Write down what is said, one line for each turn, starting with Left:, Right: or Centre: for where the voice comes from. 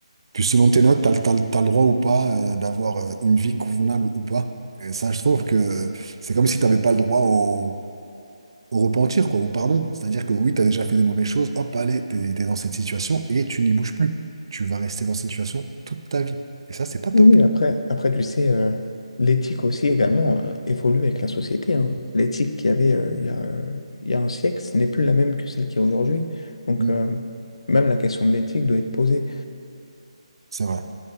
Right: Puis selon tes notes, t'as, le- t'as, le t'as le droit ou pas euh, d'avoir euh, une vie convenable ou pas. Et ça, je trouve que c'est comme si t'avais pas le droit au, au repentir, quoi, au pardon. C'est-à-dire que oui, t'as déjà fait des mauvaises choses, hop, allez, t'es, t'es dans cette situation et tu n'y bouges plus. Tu vas rester dans cette situation toute ta vie. Et ça, c'est pas top.
Left: Oui, oui, après, après, tu sais, euh, l'éthique aussi également euh, évolue avec la société. hein. L'éthique qu'il y avait euh, il y a, euh, il y a un siècle, ce n'est plus la même que celle qu'il y a aujourd'hui. Donc,
Right: Mm.
Left: euh, même la question de l'éthique doit être posée.
Right: C'est vrai.